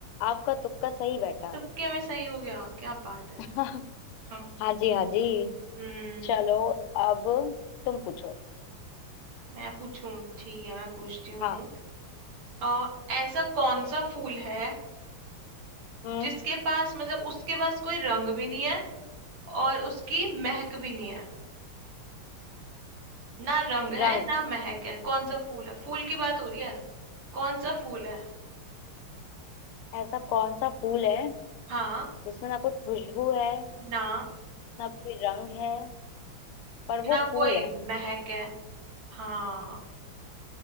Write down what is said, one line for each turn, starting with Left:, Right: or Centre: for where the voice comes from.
Left: आपका तुक्का सही बैठा
Right: तुक्के में सही हो गया क्या बात है
Left: <laughs>
Right: हाँ।
Left: हाँ जी हाँ जी
Right: हम्म
Left: चलो अब तुम पूछो
Right: मैं पूछूं ठीक है मैं पूछती हूँ
Left: हाँ
Right: अ, ऐसा कौन सा फूल है
Left: हम्म
Right: जिसके पास मतलब उसके पास कोई रंग भी नहीं है और उसकी महक भी नहीं है ना रंग
Left: रंग
Right: है ना महक है कौन सा फूल है फूल की बात हो रही है कौन सा फूल है
Left: ऐसा कौन सा फूल है
Right: हाँ
Left: जिसमें ना कोई खुशबू है
Right: ना
Left: ना कोई रंग है पर
Right: ना
Left: वो फूल
Right: कोई
Left: है
Right: महक है हाँ